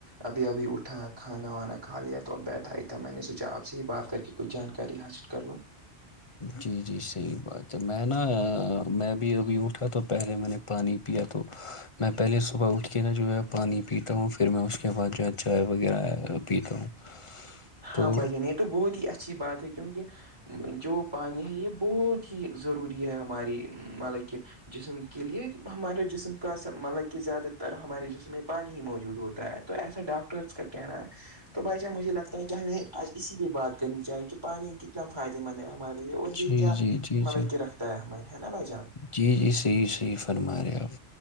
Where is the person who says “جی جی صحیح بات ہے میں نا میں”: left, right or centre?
Left